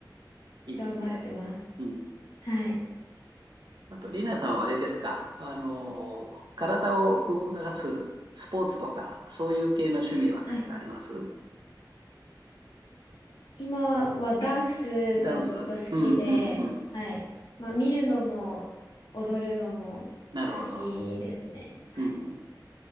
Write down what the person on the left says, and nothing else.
頑張ってます。
はい。
はい。今はダンスがずっと好きで、
はい。まあ、見るのも踊るのも好きですね。
はい。